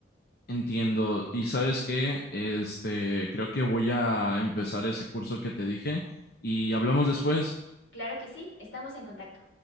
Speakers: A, on the left (about 55°); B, on the left (about 75°).
A: entiendo. ¿Y sabes qué? Este, creo que voy a empezar ese curso que te dije y hablamos después.
B: Claro que sí, estamos en contacto.